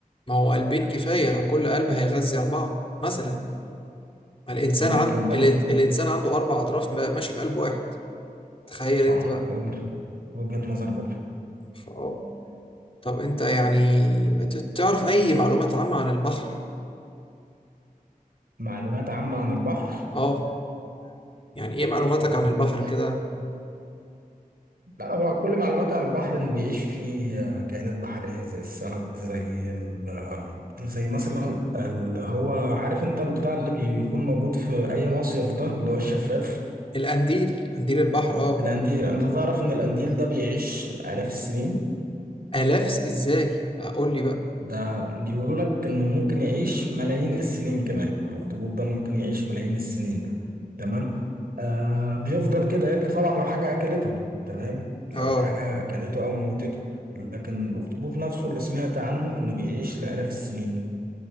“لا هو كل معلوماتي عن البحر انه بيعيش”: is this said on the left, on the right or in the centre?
Right